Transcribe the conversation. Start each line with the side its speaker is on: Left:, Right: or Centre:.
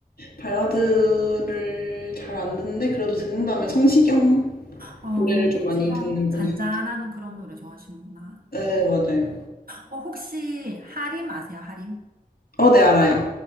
Left: 발라드를 잘 안 듣는데, 그래도 듣는다면 성시경
Right: 어,
Left: 노래를 좀
Right: 성시경
Left: 많이 듣는 편인
Right: 잔잔한
Left: 것 같아요.
Right: 그런 노래 좋아하시는구나.
Left: 네, 맞아요.
Right: 어, 혹시 하림 아세요? 하림?
Left: 어, 네, 알아요.